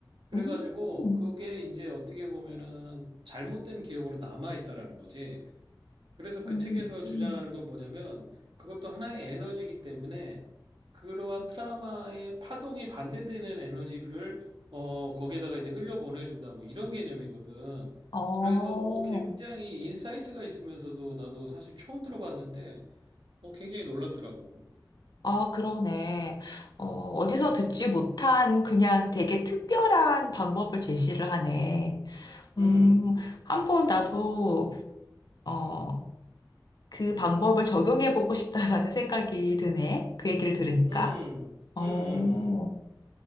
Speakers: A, on the right; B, on the left.
A: 그래가지고,
B: 음,
A: 그게 이제 어떻게 보면은 잘못된 기억으로 남아 있다라는 거지. 그래서 그
B: 음,
A: 책에서 주장하는
B: 음.
A: 건 뭐냐면 그것도 하나의 에너지이기 때문에 그러한 트라마의 파동이 반대되는 에너지를 어 거기에다가 이제 흘려보내준다 뭐 이런 개념이거든.
B: 어,
A: 그래서 어 굉장히 인사이트가 있으면서도 나도 사실 처음 들어봤는데 어 굉장히 놀랍더라고.
B: 아, 그러네. 어, 어디서
A: 음,
B: 듣지 못한 그냥 되게 특별한 방법을 제시를 하네. 음,
A: 음,
B: 한번 나도 어, 그 방법을 적용해보고 싶다라는 생각이 드네. 그 얘기를 들으니까.
A: 음,
B: 어,
A: 음, 음. 음.